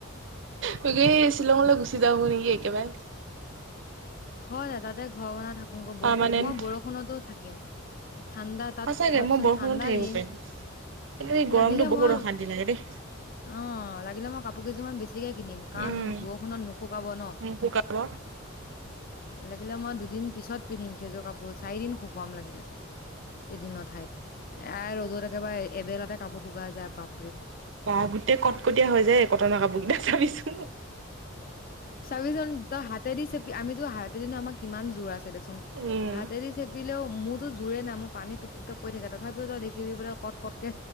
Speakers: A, on the right; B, on the left.
A: তাকে শ্বিলঙলৈ গুচি য নেকি একেবাৰে।
B: হয় দাদাতে ঘৰ বনাই থাকোৈ বৰষুণ
A: পাৰমানেণ্ট
B: মই বৰষুণতো থাকিম। ঠাণ্ডা তাত
A: সঁচাকে
B: ভাবচোন
A: মই বৰষুণত
B: ঠাণ্ডা
A: থাকিব
B: দিন
A: পাৰিম কিন্তু এই গৰমটো
B: লাগিলে
A: বহুত
B: মই
A: অশান্তি লাগে দেই
B: অ লাগিলে মই কাপ কাপোৰ কেইযুমান বেছিকে কিনিম কাৰণ
A: উম
B: বৰষুণত নুশুকাব ন
A: মোক শুকাব
B: লাগিলে মই দুদিন পিছত পিন্ধিম সেইযোৰ কাপোৰ চাৰিদিন শুকুৱাম লাগিলে এদিনৰ ঠাইত এ ৰ'দত একেবাৰে এবেলাতে কাপোৰ শুকাই যায় বাপ
A: অ গোটেই কটকটীয়া হৈ যায় কটনৰ কাপোৰ কেইটা চাবিচোন
B: চাবিজন ত হাতে দি চ আমিটো হাতেদিনো আমাৰ কিমান জোৰ আছে দেচোন
A: উম
B: হাতেদি চেপিলেও মোৰতো জোৰে নাই মোৰ পানী টোপ টোপকে পৰি থাকে তথাপিও তই দেখিবি বোলে কত কতকে